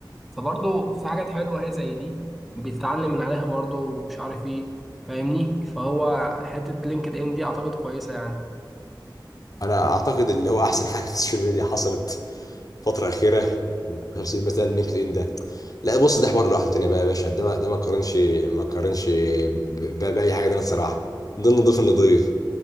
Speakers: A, in the centre; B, on the left (about 45°).
A: فبرضه في حاجات حلوة هي زي دي بتتعلم من عليها برضه ومش عارف ايه فاهمني فهو حتة لينكد ان دي اعتقد كويسة يعني
B: انا اعتقد اللي هو احسن <laughs> حاجه في السوشيال ميديا حصلت فتره اخيره من 10 سنين مثلا لينكد ان ده لا بص ده حوار لوحده تاني بقى يا باشا ده ما ده ما قارنش ما قارنش ب- ب- باي حاجه تانيه الصراحه ضمن نضيف النضيف